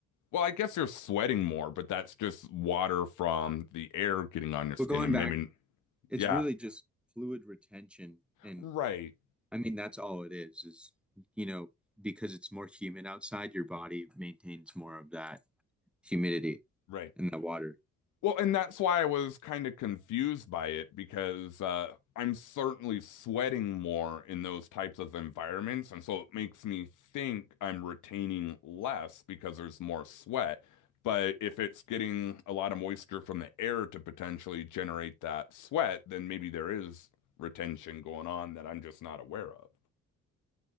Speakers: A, on the left; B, in the centre.
A: well, I guess you're sweating more, but that's just water from the air getting on your skin
B: But going
A: and
B: back,
A: maybe,
B: it's
A: yeah,
B: really just fluid retention, and
A: right,
B: I mean that's all it is. Is you know because it's more humid outside, your body maintains more of that humidity
A: right.
B: in the water.
A: Well, and that's why I was kind of confused by it because uh, I'm certainly sweating more in those types of environments. And so it makes me think I'm retaining less because there's more sweat. But if it's getting a lot of moisture from the air to potentially generate that sweat, then maybe there is retention going on that I'm just not aware of.